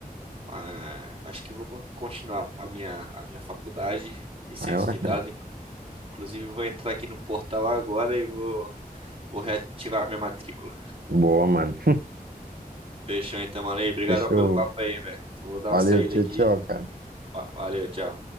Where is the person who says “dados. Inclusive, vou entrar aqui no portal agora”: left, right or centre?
Right